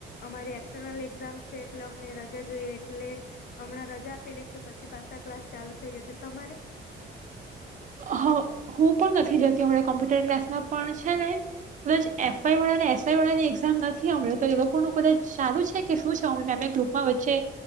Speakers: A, on the left (about 50°); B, on the right (about 40°).
A: અમારી એક્સટર્નલ એક્ઝામ છે એટલે અમને રજા જોઈએ એટલે હમણાં રજા આપેલી છે પછી પાછા ક્લાસ ચાલુ થઈ જશે તમારે.
B: હ હું પણ નથી જતી અમાણા કોમ્પ્યુટર ક્લાસમાં પણ છે ને. એ
A: હમ
B: એફઆઈ વાળા ને એસ. ની એક્ઝામ નથી અમ્યો તો એ લોકોનું કદાચ ચાલુ છે કે શું છે અમે મે ગ્રુપમાં વચ્ચે